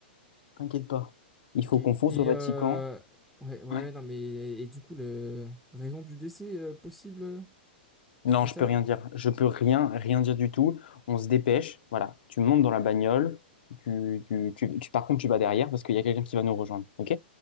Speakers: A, on the left (about 70°); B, in the centre.
A: T'inquiète pas. Il
B: ok.
A: faut
B: Et
A: qu'on fonce au Vatican.
B: euh... ouais, ouais, ouais,
A: Ouais.
B: non, mais et, du coup, le raison du décès euh, possible euh,
A: Non,
B: à
A: je
B: savoir?
A: peux rien dire. Je peux rien, rien dire du tout. On se dépêche. Voilà. Tu montes dans la bagnole. Tu, tu, tu, tu- par contre, tu vas derrière parce qu'il y a quelqu'un qui va nous rejoindre. OK?